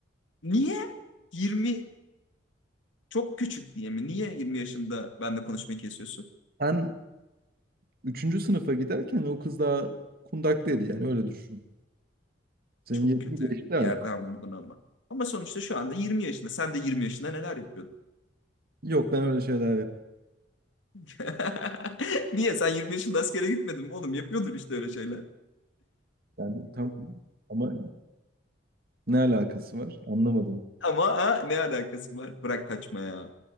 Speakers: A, on the left; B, on the right.
A: niye 20 çok küçük diye mi? Niye 20 yaşında ben de konuşmayı kesiyorsun?
B: Sen üçüncü sınıfa giderken o kız daha kundaktaydı yani öyle düşün. Senin
A: Çok
B: yetin
A: kötü
B: geçti
A: bir
B: artık.
A: yerden vurdun ama. Ama sonuçta şu anda 20 yaşında. Sen de 20 yaşında neler yapıyordun?
B: Yok ben öyle şeyler yapmam.
A: <laughs> Niye? Sen 20 yaşında askere gitmedin mi oğlum? Yapıyordun işte öyle şeyler.
B: Yani tamam ama ne alakası var? Anlamadım.
A: Ama ha, ne alakası var? Bırak kaçma ya.